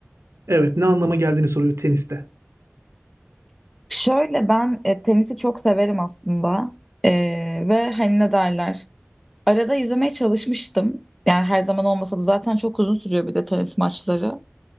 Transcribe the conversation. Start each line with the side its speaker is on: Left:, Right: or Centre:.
Right: Evet, ne anlama geldiğini soruyor teniste.
Centre: Şöyle ben e, tenisi çok severim aslında. Ee, ve hani ne derler? Arada izlemeye çalışmıştım. Yani her zaman olmasa da zaten çok uzun sürüyor bir de tenis maçları.